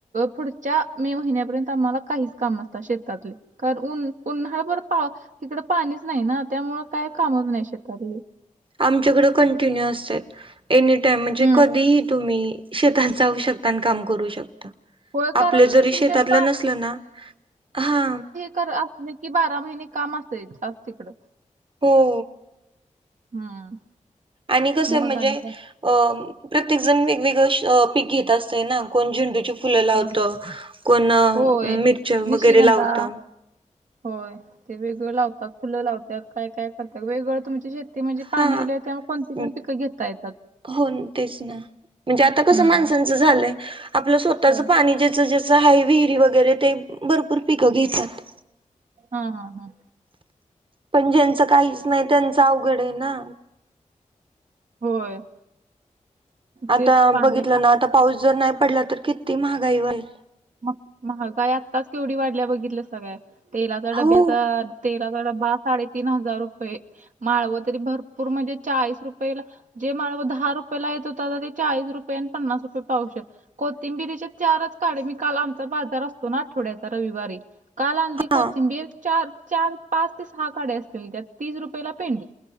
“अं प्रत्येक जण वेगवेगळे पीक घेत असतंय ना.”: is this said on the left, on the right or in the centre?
Right